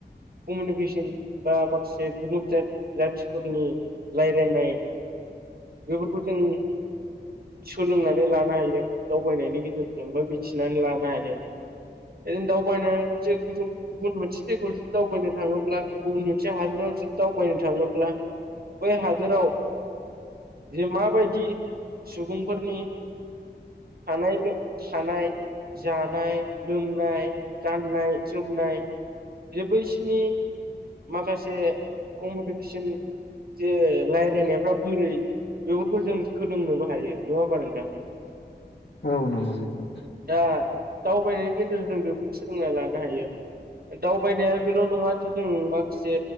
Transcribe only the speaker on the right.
कमिउनिकेसन बा माखासे गुबुन जा जाथिफोरनि। रायज्लायनाय बेफोरखौ जों सोलोंनानै लानो हायो दावबायनायनि गेजेरजों बा मिथिनानै लानो हायो। एदिन दाउबायाय न गुबुन मोनसे जायगायाव जुदि दावबायनो थाङोब्ला गुबुन मोनसे हादराव जुदि दावबायनो थाङोब्ला। बेय हाजाव जे माबायदि सुबुंफोरनि हानाय हानाय। जानाय लोंनाय गाननाय-जोमनाय बे बैसिनि माखासे कमिउनिकेसन जे रायज्लायनायफ्रा बोरै बेफोरखौ जों सोलोंनोबो हायो नङा होमबा नोंथां
दा दावबायनायनि गेजेरजों बेफोरखौ सोलोंना लानो हायो दावबायनाया बेल' नङा दि जों माखासे